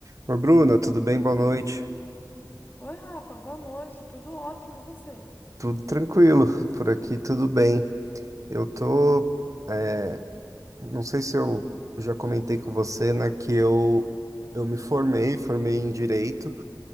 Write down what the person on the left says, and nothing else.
Oi, Rafa, boa noite, tudo ótimo, e você?